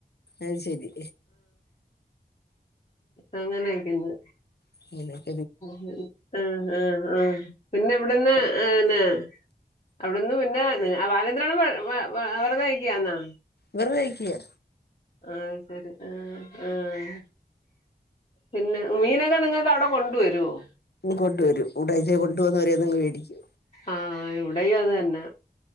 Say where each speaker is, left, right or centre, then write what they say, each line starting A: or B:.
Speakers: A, on the left; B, on the left.
A: അത് ശരി
B: അങ്ങനെ നിക്കുന്നു
A: <unintelligible>
B: ആഹ്ആഹ് ആഹ് പിന്നെ ഇവിടന്ന് ന്നെ അവിടന്ന് പിന്നെ ബാലചന്ദ്രനണ്ണൻ വെറു വെ വെറുതേ നിൽക്കുവാന്നോ?
A: വെറുതേ നിക്കുവാ.
B: ആഹ് ശരി ആഹ് ആഹ് പിന്നെ മീനൊക്കെ നിങ്ങക്ക് അവിടെ കൊണ്ടുവരുവോ?
A: കൊണ്ടുവരും <unintelligible> കൊണ്ടുന്ന് ഓരോന്ന് അങ്ങ് മേടിക്കും.
B: ആഹ് ഇവിടെയും അത് തന്നെ.